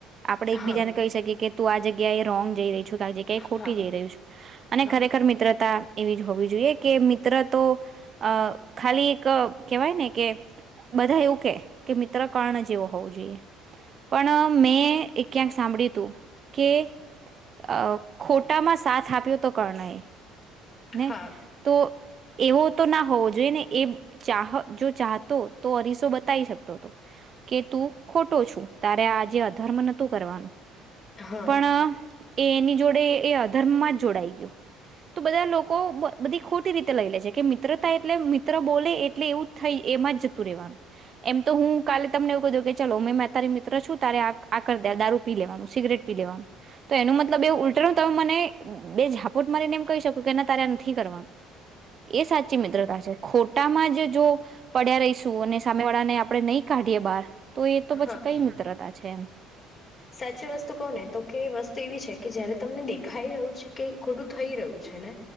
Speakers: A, on the right; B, on the left.
A: આપણે
B: હા
A: એકબીજા ને કહી શકીએ કે તું આ જગ્યા એ રોંગ જઈ રહી છું. ક્યા
B: હા
A: ખોટી જઈ રહ્યું છું, અને
B: હા
A: ખરેખર મિત્રતા એવી જ હોવી જોઈએ કે મિત્ર તો અ ખાલી એક કેવાય ને કે બધા એવું કે કે મિત્ર કર્ણ જેવો હોવું જોઈએ, પણ મેં એ ક્યાંક સાંભળ્યું તું કે અ ખોટામાં સાથ આપ્યો તો કર્ણ એ. ને
B: હા
A: તો એવો તો ના હોવો જોઈએ ને એ ચાહ જો ચાહતો તો અરીસો બતાવી શકતો હતો, કે તું ખોટો છું તારે આજે અધર્મ નતું કરવાનું
B: હા
A: પણ એ એની જોડે એ અધર્મમાં જ જોડાઈ ગયો તો બધા લોકો બધી ખોટી રીતે લઈ લે છે કે મિત્રતાાય એટલે મિત્ર બોલે એટલે એવું થઈ એમાં જતું રહેવાનું, એમ તો હું કાલે તમને એવું કધું કે ચાલો મે મે તારી મિત્ર છું તારે આ દારૂ પી લેવાનું, સિગરેટ પી લેવાનું તો એનો મતલબ એવુ ઉલટ તમે મને બે ઝાપુટ મરીને એમ કહી શકો તો કેને તારે નથી કરવાનું. એ સાચી મિત્રતા છે. ખોટામાં જ જો પડ્યા રહીશું અને સામે વાળાને આપણે નહી કાઢીએ બહાર તો એ તો પછી
B: હા
A: કઈ મિત્રતા છે એમ
B: સાચી વસ્તુ કોને તો કે વસ્તુ એવી છે કે જયારે તમને દેખાઈ રહ્યું છે કે ખોટું થઈ રહ્યું છે ને